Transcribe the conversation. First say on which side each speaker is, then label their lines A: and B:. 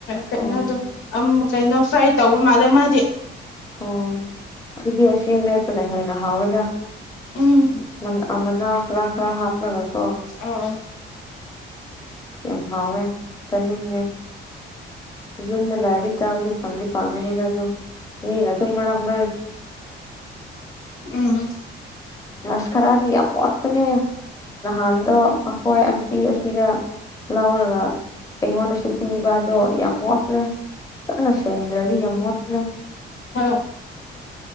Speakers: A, on the left; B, on the left.
A: ꯀꯩꯅꯩꯅꯗ
B: ꯑꯣ
A: ꯀꯩꯅꯣ ꯐ꯭ꯔꯥꯏ ꯇꯧꯕ ꯃꯥꯜꯂꯦ ꯃꯥꯗꯤ
B: ꯑꯣ ꯀꯗꯤ ꯑꯁꯤꯁꯤ ꯃꯛꯇꯅ ꯍꯅ ꯍꯥꯥ ꯑꯣꯏꯋꯖ
A: ꯎꯝ
B: ꯃ ꯃꯅ ꯑꯈꯔ ꯑꯈꯔ ꯍꯥꯄꯔꯀꯣ
A: ꯑꯥ
B: ꯍꯦ ꯐꯅꯤꯅꯤꯡꯒ ꯌꯨꯝꯗ ꯂꯗꯤ ꯇꯥꯕꯗꯤ ꯄꯪ ꯄꯉꯅꯤꯗ ꯑꯗꯨꯝ ꯃꯤ ꯑ ꯑꯗꯨꯝ ꯃ
A: ꯎꯝ
B: ꯅꯔꯁ ꯈꯔꯗꯤ ꯌꯥꯝ ꯋꯥꯠꯄꯅꯦ ꯅꯍꯥꯟꯗꯣ ꯑꯩꯈꯣꯏ ꯑꯟꯇꯤ ꯑꯁꯤꯗ ꯂꯥꯎꯒ ꯇꯉꯣꯣꯟꯅꯁꯨ ꯄꯤꯕ ꯑꯗꯨꯣ ꯌꯥꯝ ꯃꯣꯠꯂꯦ ꯀꯅ ꯁꯗ꯭ꯔꯔꯤ ꯌꯥꯝ ꯃꯣꯠꯂꯦ
A: ꯑꯥ